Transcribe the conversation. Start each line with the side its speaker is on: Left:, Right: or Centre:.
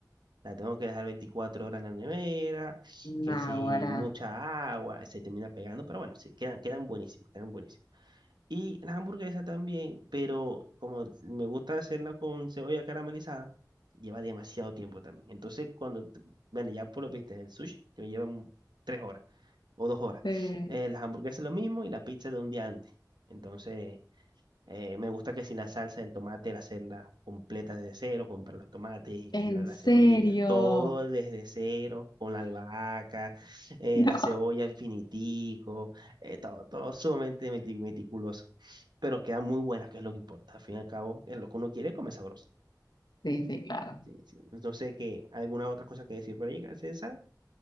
Right: La tengo que dejar 24 horas en la nevera, que
Left: Naguará.
Right: si mucha agua, se termina pegando, pero bueno, sí, quedan, quedan buenísimas, quedan buenísimas. Y la hamburguesa también, pero como me gusta hacerla con cebolla caramelizada, lleva demasiado tiempo también. Entonces, cuando, t- bueno, ya por lo viste, el sushi te me lleva un- tres horas o dos horas.
Left: Sí.
Right: Eh, las hamburguesas lo mismo y la pizza de un día antes. Entonces, eh, me gusta que si la salsa del tomate, la hacerla completa desde cero, comprar los tomates,
Left: ¿En
Right: quitar las
Left: serio?
Right: semillas, todo desde cero, con la albahaca,
Left: <laughs>
Right: eh,
Left: No.
Right: la cebolla infinitico, eh, todo, todo sumamente meti- meticuloso. Pero queda muy buena, que es lo que importa. Al fin y al cabo, es lo que uno quiere, come sabroso.
Left: Sí, sí, claro.
Right: Sí, sí. No sé qué, alguna otra cosa que decir por ahí, ¿sí, Sara.